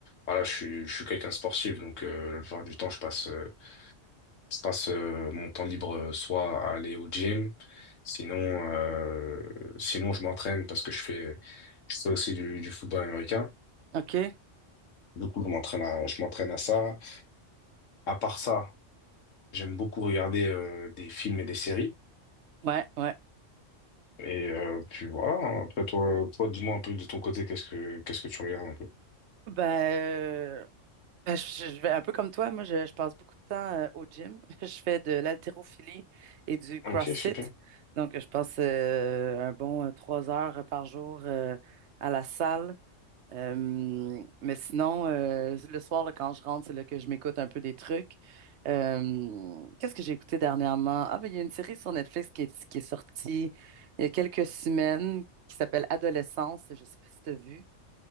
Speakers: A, on the left; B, on the right.
A: voilà, je suis, je suis quelqu'un de sportif, donc euh, la plupart du temps, je passe, euh, je passe euh, mon temps libre euh, soit à aller au gym, sinon, euh, sinon, je m'entraîne parce que je fais, je fais aussi du, du football américain.
B: OK.
A: Du coup, je m'entraîne à, je m'entraîne à ça. À part ça. J'aime beaucoup regarder euh, des films et des séries.
B: Ouais, ouais.
A: Et euh, puis voilà, après toi, toi dis-moi un peu de ton côté, qu'est-ce que qu'est-ce que tu regardes un peu?
B: Ben, euh, ben, je, je vais un peu comme toi. Moi, je, je passe beaucoup de temps euh, au gym. <laughs> Je fais de l'haltérophilie et du CrossFit.
A: Ok, super.
B: Donc, je passe euh, un bon euh, trois heures par jour euh, à la salle. Euh, mais sinon, euh, le soir, là, quand je rentre, c'est là que je m'écoute un peu des trucs. Euh, qu'est-ce que j'ai écouté dernièrement? Ah, ben, il y a une série sur Netflix qui est, qui est sortie il y a quelques semaines qui s'appelle Adolescence. Je sais pas si tu as vu.